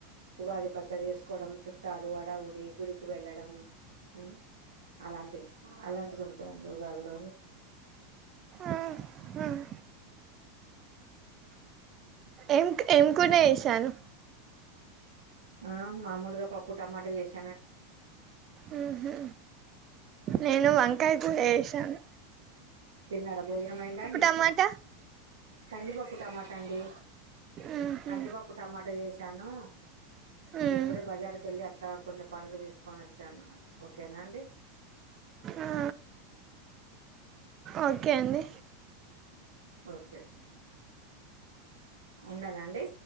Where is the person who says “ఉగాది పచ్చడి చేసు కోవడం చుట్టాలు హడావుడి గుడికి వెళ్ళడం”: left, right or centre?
Right